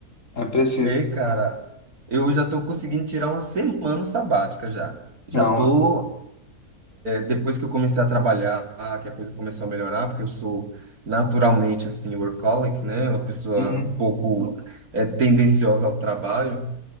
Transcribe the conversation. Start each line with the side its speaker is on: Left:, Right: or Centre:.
Left: é preciso.
Right: é, cara, eu já tô conseguindo tirar uma semana sabática já. Já
Left: Não,
Right: estou, depois que eu comecei a trabalhar, que a coisa começou a melhorar, porque eu sou naturalmente, assim, workaholic, né? Uma pessoa
Left: uhum,
Right: um pouco eh, tendenciosa ao trabalho.